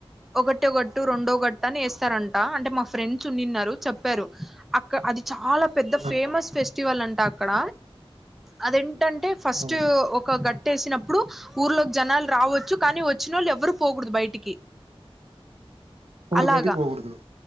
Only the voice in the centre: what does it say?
ఒకటి ఒక టు రెండో గట్ట వేస్తారంటా అంటే మా ఫ్రెండ్ ఉన్నిన్నారు చెప్పారు అక్క అది చాలా పెద్ద
ఫేమస్ ఫెస్టివల్ అంట అక్కడ అదేంటంటే ఫస్ట్
ఒక గట్ పెట్టేసినప్పుడు ఊర్లోకి జనాలు రావచ్చు కానీ వచ్చినోళ్ళు ఎవ్వరు పోకూడదు బయటికి
అలాగా